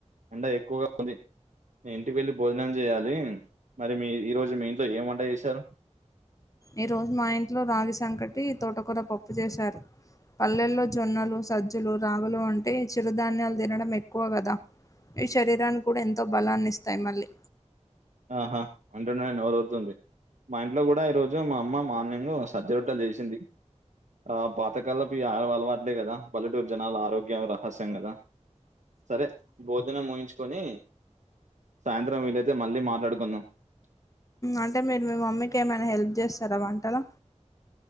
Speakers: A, on the right (about 80°); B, on the left (about 25°).
A: ఎండ ఎక్కువగా ఉంది నేను ఇంటికి వెళ్ళి భోజనం చేయ్యాలి మరి మీ ఈ రోజు మీ ఇంట్లో ఏం వంట చేశారు
B: ఈ రోజు మా ఇంట్లో రాగి సంకటి తోటకూర పప్పు చేశారు పల్లెల్లో జొన్నలు సజ్జులు రాగులు అంటే చిరుధాన్యాలు తినడం ఎక్కువ కదా ఇవి శరీరానికి కూడా ఎంతో బలాన్ని ఇస్తాయి మళ్ళీ
A: ఆహా అంటెనే నోరూరుతుంది మా ఇంట్లో కూడా ఈరోజు మా అమ్మ మార్నింగ్ సజ్జరొట్టె చేసింది ఆ పాతకాలపు ఆహార అలవాట్లే కదా పల్లెటూరు జనాల ఆరోగ్య రహస్యం కదా సరే భోజనం ముగించుకొని సాయంత్రం వీలైతే మళ్ళీ మాట్లా డు
B: అంటే మీరు మీ మమ్మీకి ఏమైనా హెల్ప్ చేస్తారా వంటలు